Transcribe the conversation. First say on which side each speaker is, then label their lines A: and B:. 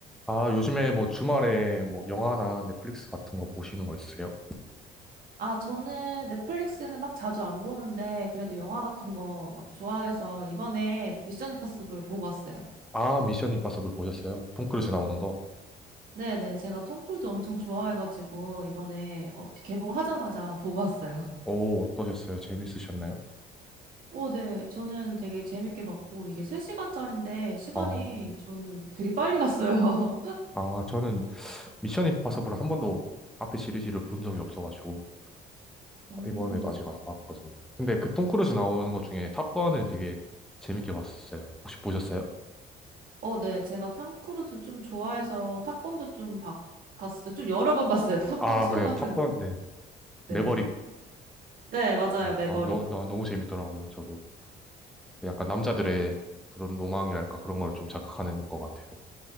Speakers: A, in the centre; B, on the right.
A: 아, 요즘에 뭐 주말에 뭐 영화나 넷플릭스 같은 거 보시는 거 있으세요?
B: 아, 저는 넷플릭스는 막 자주 안 보는데, 그래도 영화 같은 거 막 좋아해서 이번에 미션 임파서블 보고 왔어요.
A: 아, 미션 임파서블 보셨어요? 톰 크루즈 나오는 거.
B: 네네, 제가 톰 크루즈 엄청 좋아해가지고, 이번에 어, 개봉하자마자 보고 왔어요.
A: 오, 어떠셨어요? 재밌으셨나요?
B: 오, 네. 저는 되게 재밌게 봤고, 이게 3시간짜리인데, 시간이
A: 아,
B: 저는 되게 빨리 갔어요.
A: 아, 저는 미션 임파서블을 한 번도 앞에 시리즈를 본 적이 없어가지고
B: <laughs>
A: 아,
B: 음.
A: 이번에도 아직 안 봤거든요. 근데 그 톰 크루즈 나오는 것 중에 탑건은 되게 재밌게 봤었어요. 혹시 보셨어요?
B: 어, 네. 제가 톰 크루즈 좀 좋아해서 타건도 좀 봤, 봤어요. 좀 여러 번 봤어요. 타건
A: 아,
B: 2
A: 그래요.
B: 같은,
A: 탑건, 네.
B: 네.
A: 매버릭.
B: 네, 맞아요.
A: 아,
B: 매버릭.
A: 아, 너, 너, 너무 재밌더라고요, 저도. 약간 남자들의 그런 로망이랄까 그런 걸 좀 자극하는 것 같아요.